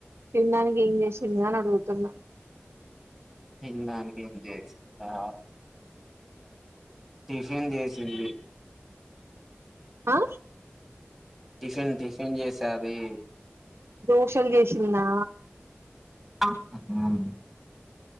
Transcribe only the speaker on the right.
తినడానికి ఏం జేసింది అని అడుగుతున్నా
ఆ
దోషలు జేసిందా